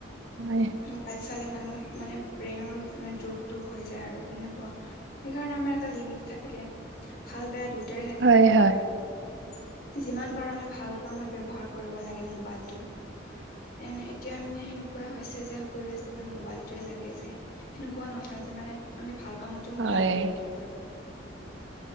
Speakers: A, on the right; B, on the left.
A: হয়
B: মোবাইল চালে মানুহ মানে ব্ৰেইনৰ দুখ দুখ হৈ যায় আৰু তেনেকুৱা। সেইকাৰণে আমাৰ এটা লিমিট থাকে, ভাল বেয়া দুয়টাই থাকে
A: হয়
B: মোবাইল।
A: হয়
B: যিমান পাৰো আমি ভাল কামত ব্যৱহাৰ কৰিব লাগে মোবাইলটো। এনে এতিয়া মানে সেনেকুৱাই হৈছে যে, সকলোৰে কেৱল মোবাইল টোৱে লাগে যে সেনেকুৱা নহয় যে মানে আমি ভাল কামতো মোবাইলটো
A: হয়
B: ব্যবহাৰ কৰি